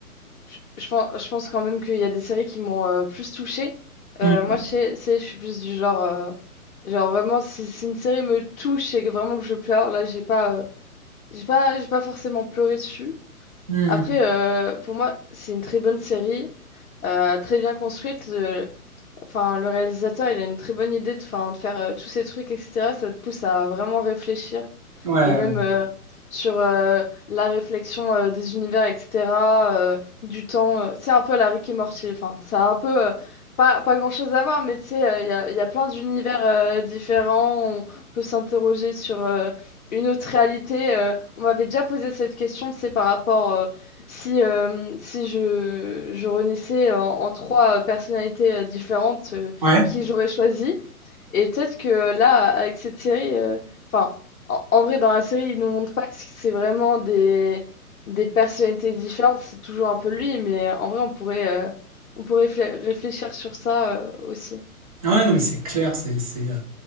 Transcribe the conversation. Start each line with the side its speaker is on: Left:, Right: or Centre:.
Left: je, je pense, je pense quand même qu'il y a des séries qui m'ont euh, plus touchée. Euh,
Right: Mm.
Left: moi, je sais, c'est- je suis plus du genre. euh, Genre, vraiment, si, si une série me touche et que vraiment que je pleure, là, j'ai pas. euh, J'ai pas, j'ai pas forcément pleuré dessus.
Right: Hmm.
Left: Après, euh, pour moi, c'est une très bonne série, euh, très bien construite. Le- Enfin, le réalisateur, il a une très bonne idée de, enfin, de faire euh, tous ces trucs, etc. Ça te pousse à vraiment réfléchir
Right: Ouais,
Left: et même
Right: ouais.
Left: euh, sur euh, la réflexion euh, des univers, etc., euh, du temps. euh, c'est un peu la Rick et Morty, enfin, ça a un peu euh, pas, pas grand-chose à voir, mais tu sais, euh, il y a, il y a plein d'univers euh, différents, on peut s'interroger sur euh, une autre réalité. euh, on m'avait déjà posé cette question, tu sais, par rapport... euh, si, euh, si je, je renaissais en, en trois euh, personnalités euh, différentes, euh,
Right: Ouais,
Left: qui j'aurais choisi? Et peut-être que là, avec cette série, euh, enfin, en, en vrai, dans la série, ils nous montrent pas que c'est vraiment des, des personnalités différentes, c'est toujours un peu lui, mais en vrai, on pourrait, euh, on pourrait flé- réfléchir sur ça, euh, aussi.
Right: Ah Ouais, non, mais c'est clair, c'est c'est euh,